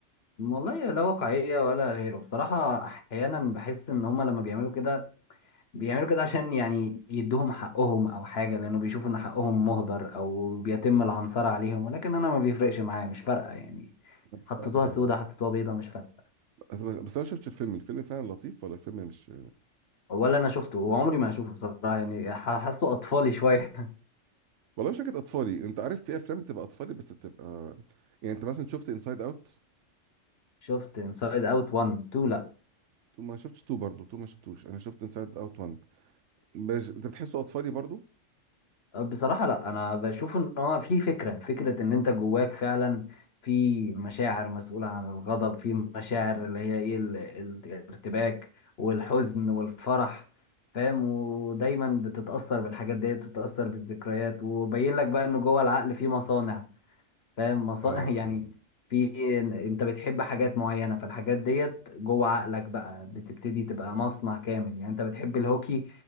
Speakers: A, on the left; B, on the right.
A: والله لا واقعية ولا غيره بصراحة أحيانا بحس إن هما لما بيعملوا كده بيعملوا كده عشان يعني يدوهم حقهم أو حاجة لأنه بيشوفوا إن حقهم مهدر أو بيتم العنصرة عليهم ولكن أنا ما بيفرقش معايا مش فارقة يعني
B: انا بحسها
A: حطيتوها
B: هو-
A: سودة حطيتوها بيضة مش فارقة
B: بس بس انا شفت الفيلم الفيلم فعلا لطيف ولا الفيلم مش
A: ولا أنا شفته وعمري ما هشوفه بصراحة يعني ح- حاسه أطفالي شوية
B: والله مش فكره اطفالي انت عارف في افلام بتبقى اطفالي بس بتبقى يعني انت مثلا شفت انسايد اوت
A: <laughs> شفت انسايد أوت 1 2 لأ
B: تو ما شفتش تو برضه تو ما شفتوش انا شفت انسايد اوت 1 مش... انت بتحسه اطفالي برضه؟
A: بصراحة لا أنا بشوف إن هو في فكرة فكرة إن أنت جواك فعلا في مشاعر مسؤولة عن الغضب في مشاعر اللي هي إيه ال- ال- الارتباك والحزن والفرح فاهم ودايما بتتأثر بالحاجات دي بتتأثر بالذكريات وبين لك بقى إن جوه العقل في مصانع فاهم مصانع
B: اه آه.
A: <laughs> يعني في إن- أنت بتحب حاجات معينة فالحاجات ديت جوه عقلك بقى بتبتدي تبقى مصنع كامل يعني أنت بتحب الهوكي